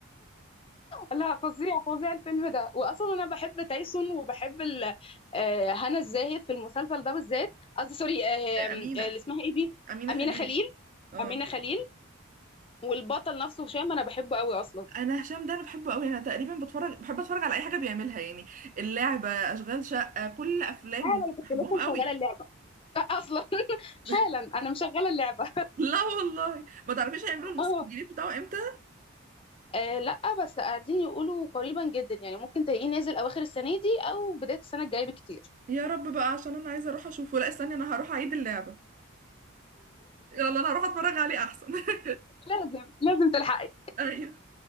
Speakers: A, on the left; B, on the right.
A: لا فظيع فظيع الفيلم ده واصلا انا بحب تايسون وبحب ال- آه، هنا الزاهد في المسلسل ده بالذات قصدي سوري آه،
B: آه، امينه
A: آه، اللي اسمها ايه دي
B: امينه
A: امينه
B: خليل
A: خليل
B: اه
A: امينه خليل والبطل نفسه هشام انا بحبه قوي اصلا
B: انا هشام ده انا بحبه قوي انا تقريبا بتفرج بحب اتفرج على اي حاجه بيعملها يعني اللعبه اشغال شقه كل افلامه
A: حالا انا كنت
B: بحبهم
A: لسه مشغله
B: قوي
A: اللعبه <laughs> اصلا
B: <laughs>
A: حالا انا مشغله اللعبه
B: لا والله ما تعرفيش هيعملوا الموسم
A: اه
B: الجديد بتاعه امتى
A: آه، لا بس قاعدين يقولوا قريبا جدا يعني ممكن تلاقيه نازل اواخر السنه دي او بدايه السنه الجايه بكتير
B: يا رب بقى عشان انا عايزه اروح اشوفه لا استني انا هروح اعيد اللعبه يلا انا هروح اتفرج عليه احسن <laughs>
A: لازم لازم تلحقي
B: ايوه